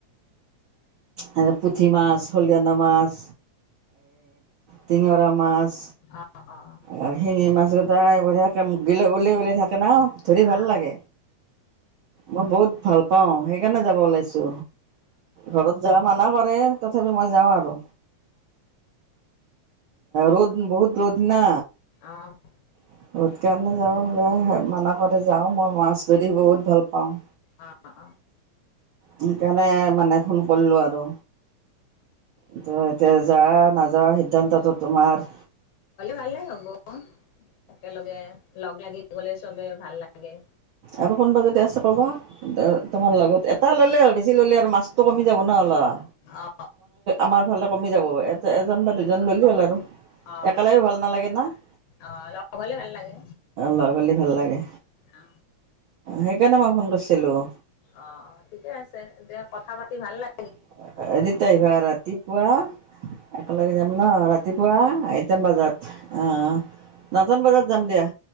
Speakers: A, on the right; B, on the left.
A: আৰু পুঠি মাছ খলিহনা মাছ টিঙৰা মাছ
B: অ অ অ
A: আৰু শিঙি মাছত বঢ়িয়াকে মুখ গিলা <unintelligible> ওলাই ওলাই থাকে <unintelligible> ধৰি
B: গ'লে
A: ভাল লাগে মই বহুত ভাল পাওঁ সেইকাৰণে যাব ওলাইছো ঘৰত যোৱা মানা কৰে তথাপি মই যাওঁ আৰু ৰ'দ বহুত ৰ'দ ন
B: <unintelligible>
A: <unintelligible> কাৰণে যাওঁ মানা কৰে যাওঁ মই মাছ ধৰি বহুত ভাল পাওঁ।
B: অ
A: সেইকাৰণে মানে ফোন কৰিলো আৰু এতিয়া যোৱা নোযোৱা সিদ্ধান্তটো তোমাৰ
B: ভালে হ'ব একেলগে লগ লাগি গ'লে চবে ভাল লাগে
A: আৰু কোনোবা যদি আছে ক'বা তোমাৰ লগত এটা ল'লে হ'ল বেছি ল'লে আৰু মাছটো কমি যাব ন লোৱা
B: অ
A: আমাৰ ফালে কমি যাব এ এজন বা দুজন ল'লেই হ'ল আৰু
B: অ
A: একেলগে ভাল নালাগে ন অ
B: অ লগ হ'লে ভাল লাগে
A: লগ হ'লে ভাল লাগে।
B: অ
A: সেইকাৰণে
B: এতিয়া
A: মই ফোন কৰিছিলোঁ
B: অ অ ঠিকে আছে এতিয়া কথা পা- -তি ভাল লাগি-
A: <unintelligible> আহিবা ৰাতিপুৱা একেলগে যাম ন ৰাতিপুৱা আইটা‌ন বজাত, আহ নটান বজাত যাম দিয়া